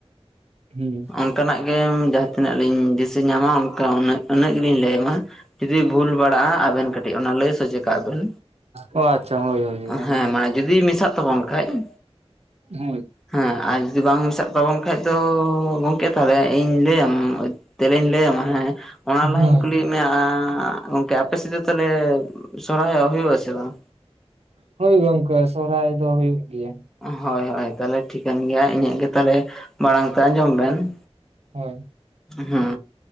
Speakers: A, on the right (about 75°); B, in the centre.
A: ᱦᱮᱸ᱾
B: ᱚᱱᱠᱟᱱᱟᱜ ᱜᱮ ᱡᱟᱦᱟᱸ ᱛᱤᱱᱟᱹᱜ ᱞᱤᱧ ᱫᱤᱥᱟᱹ ᱧᱟᱢᱟ ᱚᱱᱠᱟ ᱩᱱᱟᱹᱜ ᱜᱮᱞᱤᱧ ᱞᱟᱹᱭ ᱟᱢᱟ ᱾ ᱡᱩᱫᱤ ᱵᱷᱩᱞ ᱵᱟᱲᱟᱜᱼᱟ ᱟᱹᱵᱮᱱ ᱠᱟᱹᱴᱤᱡ ᱚᱱᱟ ᱞᱟᱹᱭ ᱥᱚᱡᱮ ᱠᱟᱜ ᱵᱮᱱ
A: ᱚ ᱟᱪᱪᱷᱟ ᱦᱳᱭ ᱦᱳᱭ ᱦᱳᱭ ᱚᱱᱟ
B: ᱦᱮᱸ ᱢᱟᱱᱮ ᱾ ᱡᱩᱫᱤ ᱢᱮᱥᱟᱜ ᱛᱟᱵᱚᱱ ᱠᱷᱟᱡ ᱾
A: ᱦᱳᱹᱭ ᱾
B: ᱦᱮᱸ, ᱟᱨ ᱡᱩᱫᱤ ᱵᱟᱝ ᱢᱮᱥᱟᱜ ᱛᱟᱵᱚᱱ ᱠᱷᱟᱡ ᱫᱚ ᱜᱚᱢᱠᱮ ᱛᱟᱦᱞᱮ, ᱤᱧ ᱞᱟᱹᱭᱟᱢ ᱛᱮᱞᱮᱧ ᱞᱟᱹᱭᱟᱢᱟ ᱦᱮᱸ ᱾ ᱚᱱᱟ ᱞᱟᱦᱟᱧ
A: ᱦᱳᱭ
B: ᱠᱩᱞᱤᱭᱮᱫ ᱢᱮᱭᱟ, ᱜᱚᱝᱠᱮ ᱟᱯᱮᱥᱮᱫ ᱛᱟᱦᱚᱞᱮ ᱥᱚᱨᱦᱟᱭ ᱦᱩᱭᱩᱜ ᱟᱥᱮ ᱵᱟᱝ?
A: ᱦᱳᱹᱭ ᱜᱚᱢᱠᱮ, ᱥᱚᱦᱚᱨᱟᱭ ᱫᱚ ᱦᱩᱭᱩᱜ ᱜᱮᱭᱟ ᱾
B: ᱦᱳᱭ ᱦᱳᱭ ᱛᱟᱦᱚᱞᱮ ᱴᱷᱤᱠᱟᱹᱱ ᱜᱮᱭᱟ, ᱤᱧᱟᱹᱜ ᱜᱮ ᱛᱟᱦᱚᱞᱮ ᱢᱟᱲᱟᱝ ᱛᱮ ᱟᱸᱡᱚᱢ ᱵᱮᱱ ᱾
A: ᱦᱳᱭ ᱾
B: ᱦᱩᱸ,